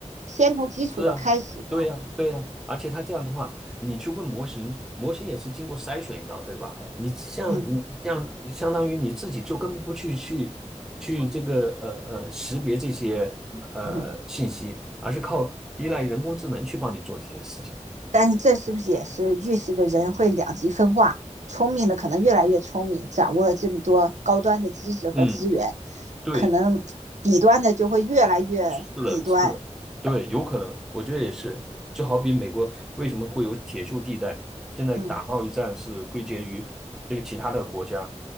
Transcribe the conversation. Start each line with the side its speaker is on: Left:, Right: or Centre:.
Right: 先从基础的开始吗？
Centre: 是啊，对呀，对呀，而且他这样的话，你去问模型，模型也是经过筛选一道，对吧？你像你像相当于你自己就根本不去去去这个呃呃识别这些呃信息，
Right: 嗯嗯。
Centre: 而是靠依赖人工智能去帮你做这些事情。
Right: 但是这是不是也是预示着人会两极分化？聪明的可能越来越聪明，掌握了这么多高端的知识和资源，
Centre: 嗯，对，
Right: 可能底端的就会越来越底端。
Centre: 是的，是的，对，有可能，我觉得也是。就好比美国为什么会有铁锈地带，现在打贸易战是归结于这个其他的国家
Right: 嗯